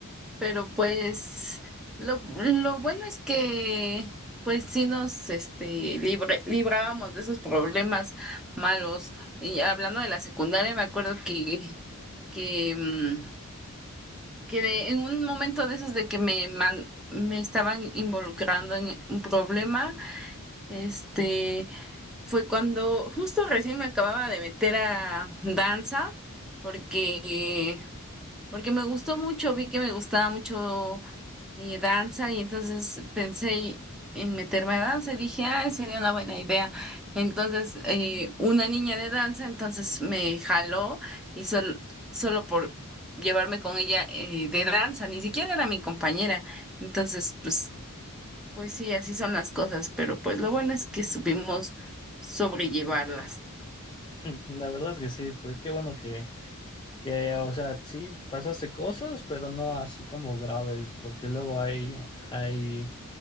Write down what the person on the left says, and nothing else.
<laughs> La verdad es que sí, pues qué bueno que, que, o sea, sí pasaste cosas, pero no así como graves, porque luego hay, hay,